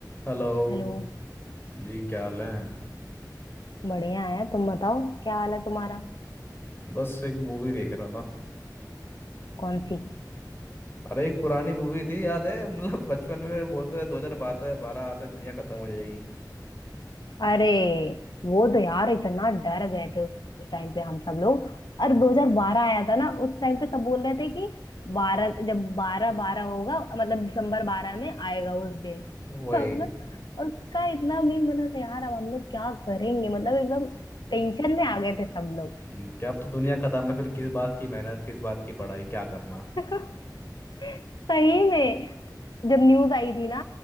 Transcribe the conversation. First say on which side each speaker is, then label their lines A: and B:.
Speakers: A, on the left; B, on the left.
A: Hello
B: Hello
A: हाँ जी क्या हाल है
B: बढ़िया है तुम बताओ क्या हाल है तुम्हारा
A: बस एक मूवी देख रहा था
B: कौन सी
A: अरे एक पुरानी मूवी थी याद है <laughs> मतलब बचपन में बोलते थे दो हजार बारह बारह आते दुनिया खत्म हो जाएगी
B: अरे वो तो यार इतना डर गए थे उस टाइम पे हम सब लोग
A: नहीं,
B: और 2012 आया था ना उस टाइम पे सब बोल रहे थे कि बारह जब बारह बारह होगा मतलब दिसंबर बारह में आएगा उस दिन
A: वही
B: <laughs> हम लोग उसका इतना मीन बना था यार अब हम लोग क्या करेंगे मतलब एकदम टेंशन में आ गए थे सब लोग
A: हम्म, क्या अब तो दुनिया खत्म है फिर किस बात की मेहनत किस बात की पढ़ाई क्या करना
B: <laughs> सही में जब न्यूज आई थी ना